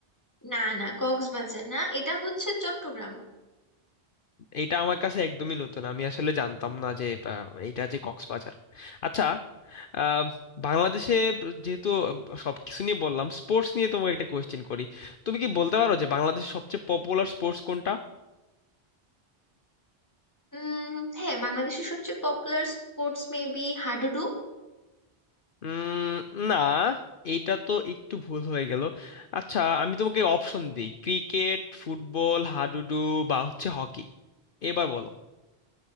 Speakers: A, on the left; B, on the left.
A: না না কক্সবাজার না এটা হচ্ছে চট্টগ্রাম
B: এটা আমার কাছে একদমই নতুন আমি আসলে জানতাম না যে আহ, এইটা যে কক্সবাজার আচ্ছা আহ, বাংলাদেশে যেহেতু সবকিছু নিয়ে বললাম স্পোর্টস নিয়ে তোমাকে একটা কোয়েশ্চেন করি তুমি কি বলতে পারো যে বাংলাদেশের সবচেয়ে পপুলার স্পোর্টস কোনটা
A: উম হ্যাঁ বাংলাদেশের সবচেয়ে পপুলার স্পোর্টস মেবি হাডুডু
B: উম, না এইটা তো একটু ভুল হয়ে গেল আচ্ছা আমি তোমাকে অপশন দিই ক্রিকেট ফুটবল হাডুডু বা হচ্ছে হকি এবার বলো